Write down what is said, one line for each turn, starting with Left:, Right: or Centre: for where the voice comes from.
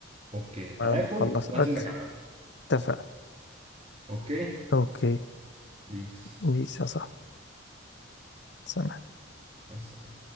Right: اوكي
Left: بعد
Right: اكل
Left: ما تخلص اكل
Right: وانزل لك على القهوة
Left: اتفقنا
Right: اوكي
Left: اوكي
Right: بيس
Left: بيس يا صاحبي سلام.
Right: مع